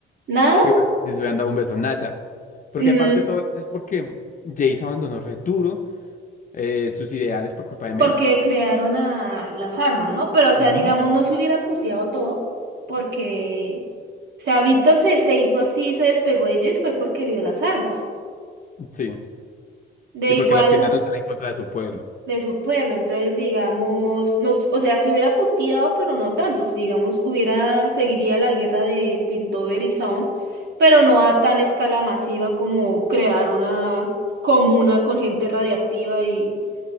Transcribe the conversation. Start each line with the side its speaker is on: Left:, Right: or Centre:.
Right: Nada.
Left: Sí, güey. sí se hubieran dado un beso, nada. Porque
Right: Mm,
Left: aparte de todo eso es porque Jace abandonó Returo, eh, sus ideales por culpa de Mel.
Right: Porque crearon a las armas, ¿no? Pero, o sea,
Left: Ujú,
Right: digamos, no se hubiera puteado todo, porque, o sea, Víctor se, se hizo así, se despegó de ellas, fue porque vio las armas,
Left: Sí.
Right: de
Left: Y
Right: igual
Left: porque las querían usar en contra de su pueblo.
Right: de su pueblo. Entonces, digamos, no, s- o sea, se hubiera puteado, pero no tanto. Si, Digamos, hubiera, seguiría la guerra de Piltover y Zaun, pero no a tan escala masiva como crear una comuna con gente radiactiva y